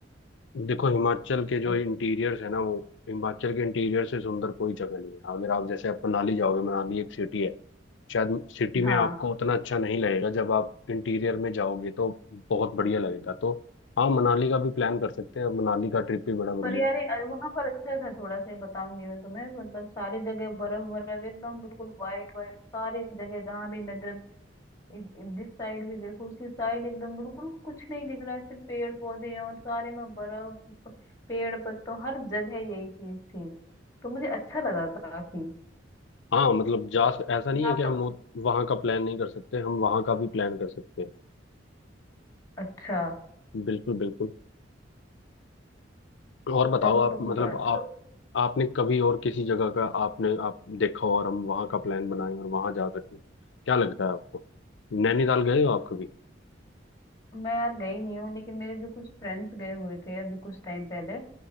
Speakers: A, on the left; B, on the left.
A: देखो हिमाचल के जो
B: बस,
A: इंटीरियर्स है ना वो हिमाचल के इंटीरियर से सुंदर कोई जगह नहीं है अगर आप जैसे आप मनाली जाओगे मनाली एक सिटी है शायद सिटी में
B: हाँ
A: आपको उतना अच्छा नहीं लगेगा जब आप इंटीरियर में जाओगे तो बहुत बढ़िया लगेगा तो हाँ मनाली का भी प्लान कर सकते हैं अब मनाली का ट्रिप भी बड़ा बढ़िया
B: पर यार
A: है
B: वहां पर अच्छा था थोड़ा सा ये बताऊंगी मैं तुम्हें मतलब सारी जगह बर्फ बर्फ एकदम बिल्कुल वाइट वाइट सारी जगह जहां भी नजर इ- इ- जिस साइड भी देखो उसी साइड एकदम बिल्कुल कुछ नहीं दिख रहा है सिर्फ पेड़ पौधे हैं और सारे में बर्फ प- पेड़ पत्तों हर जगह यही चीज थी तो मुझे अच्छा लगा काफी
A: हाँ मतलब जा ऐसा
B: भी
A: नहीं है
B: आप
A: कि हम वहां का प्लान नहीं कर सकते हम वहां का भी प्लान कर सकते हैं
B: अच्छा
A: बिल्कुल बिल्कुल और बताओ
B: चलो
A: आप
B: तुम
A: मतलब
B: का- अच्छा
A: आप
B: तो
A: आपने कभी और किसी जगह का आपने आप देखा हो और हम वहां का प्लान बनाएं और वहां जा सकें क्या लगता है आपको नैनीताल गए हो आप कभी
B: मैं यार गई नहीं हूँ लेकिन मेरे जो कुछ फ्रेंड्स गए हुए थे अभी कुछ टाइम पहले